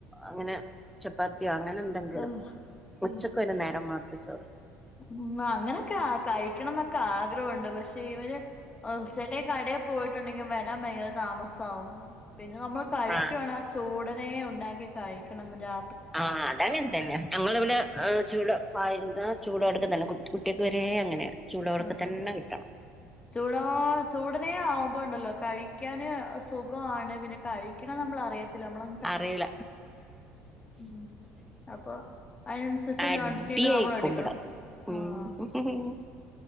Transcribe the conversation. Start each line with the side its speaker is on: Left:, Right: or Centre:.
Centre: അങ്ങനെ ചപ്പാത്തിയോ അങ്ങനെ <unintelligible>
Left: ആഹ്
Centre: ഉച്ചക്കൊരു
Left: ഉം
Centre: നേരം മാത്രേ ചോറൂ
Left: ഉം അങ്ങനൊക്കെ ആ കഴിക്കണംന്നൊക്കെ ആഗ്രഹണ്ട് പക്ഷെ ഇവര് ച്ചേട്ടേ കടെ പോയിട്ടുണ്ടെങ്കി വരാൻ ഭയങ്കര താമസം. പിന്നെ നമ്മൾ കഴിക്കുവാണേ
Centre: ആഹ്
Left: ആ ചൂടനെ ഉണ്ടാക്കി കഴിക്കണം രാ
Centre: ആഹ് അതങ്ങൻതന്നെ. ഞങ്ങളിവ്ടെ ആ ചൂടോ ചായ എന്താ ചൂടോട്ക്കതന്നെ കു കുട്ട്യാക്ക് വരെ അങ്ങനെയ. ചൂടോട്ക്ക
Left: ആഹ്
Centre: തന്നെ കിട്ടണം.
Left: ചൂടോ ചൂടനെ ആവുമ്പോണ്ടല്ലോ കഴിക്കാനും സുഖാണ് പിന്നെ കഴിക്ക്ണെ നമ്മളറിയത്തില്ല നമ്മള
Centre: അറിയൂല.
Left: മ് അതെ അയ്നൻസര്ച്ച്
Centre: അടിയായിക്കും
Left: ക്വാണ്ടിറ്റില് നമ്മൾ എടുക്കണം.
Centre: ഇവിടെ ഉം
Left: ആഹ്